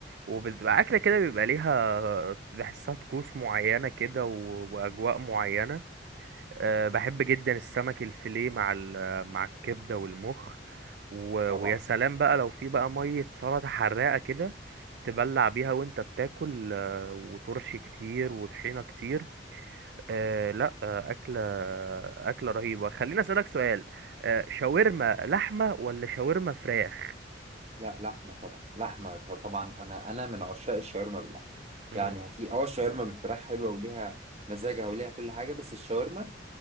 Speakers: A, on the right (about 60°); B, on the right (about 35°).
A: وبتبقى اكله كده بيبقى ليها بحسها طقوس معينه كده و- واجواء معينه آه، بحب جدا السمك الفيليه مع ال- مع الكبده والمخ و...
B: طبعا
A: ويا سلام بقى لو في بقى ميه سلطه حراقه كده تبلع بيها وانت بتاكل آه، وترش كتير وطحينة كتير آه لا آه أكلة أكلة رهيبة خليني أسألك سؤال آه شاورما لحمة ولا شاورما فراخ؟
B: لا لحمه طبعا لحمه ط- طبعا انا انا من عشاق الشاورما باللحمه
A: مم.
B: يعني هتي اه الشاورما بالفراخ حلوه وليها مزاجها وليها كل حاجه بس الشاورما